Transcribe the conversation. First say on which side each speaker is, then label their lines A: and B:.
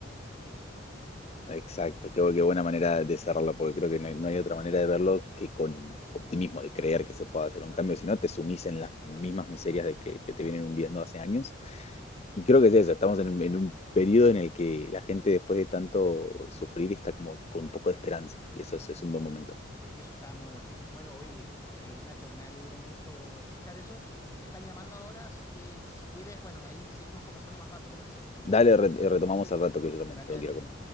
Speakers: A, on the left; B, on the left.
A: qué mejor.
B: Exacto, qué, bu- qué buena manera de cerrarlo, porque creo que no hay, no hay otra manera de verlo que con optimismo, de creer
A: Por su,
B: que se puede hacer un cambio, si no te sumís en las mismas miserias de que, que te vienen hundiendo hace años.
A: exacto.
B: Y creo que es eso, estamos en, un en un periodo en el que la gente después de tanto sufrir está como con un poco de esperanza, y eso es, es un buen momento.
A: Y eso estaba muy bueno. Bueno, oye, eh, Nacho, me alegro mucho escuchar eso. Me están llamando ahora, así que si quieres, bueno, ahí seguimos conversando más rato, ¿te parece?
B: Dale, re- retomamos al rato que yo también
A: Dale,
B: tengo
A: dale.
B: que ir a comer.